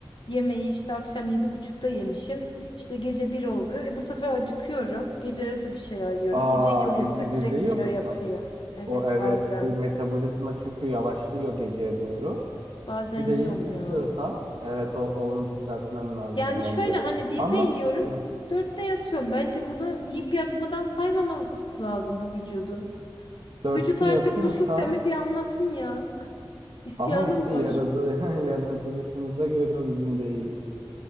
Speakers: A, on the left (about 60°); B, on the right (about 85°).
A: yemeği işte akşam yedi buçukta yemişim. İşte gece bir oldu. E bu sefer acıkıyorum. Geceleri de bir şeyler yiyorum.
B: Aa,
A: Gece yemesi
B: gece birde
A: direkt
B: yiyor
A: kilo
B: musun?
A: yapıyor. Evet
B: O evet
A: bazen.
B: ki metabolizma çünkü yavaşlıyor geceye doğru.
A: Bazen
B: Bir
A: yiyorum
B: de yiyip yatıyorsan
A: ya.
B: evet o onu düzeltmen lazım
A: Yani
B: bence.
A: şöyle hani birde
B: Ama
A: yiyorum,
B: heh,
A: dörtte yatıyorum. Bence bunu yiyip yatmadan saymaması lazım bu vücudun.
B: dörtte
A: Bu vücut artık
B: yatıyorsan
A: bu sistemi bir anlasın ya. <laughs> İsyanım
B: ama işte
A: var.
B: yaradı, <laughs> yaratılışımıza göre uygun değil.